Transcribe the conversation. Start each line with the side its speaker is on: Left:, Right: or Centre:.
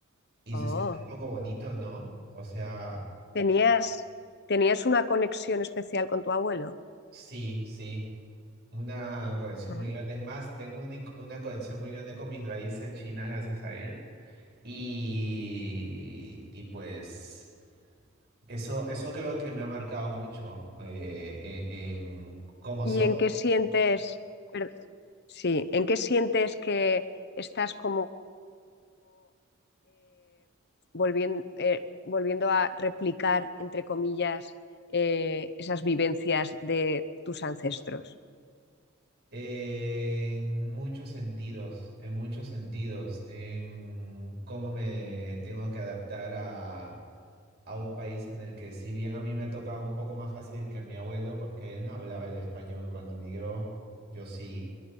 Right: y
Left: Oh,
Right: se siente un poco bonito, ¿no? O sea...
Left: tenías, tenías una conexión especial con tu abuelo.
Right: Sí, sí. Una conexión
Left: Ujú.
Right: muy grande. Es más, tengo una, in- una conexión muy grande con mis raíces chinas gracias a él. Y, y pues eso, eso creo que me ha marcado mucho eh, en, en cómo
Left: ¿Y
Right: soy.
Left: en qué sientes, per- sí, en qué sientes que estás como volviendo, volviendo a replicar, entre comillas, eh, esas vivencias de tus ancestros?
Right: En muchos sentidos, en muchos sentidos, en cómo me tengo que adaptar a, a un país en el que si bien a mí me ha tocado un poco más fácil que a mi abuelo, porque él no hablaba el español cuando migró, yo sí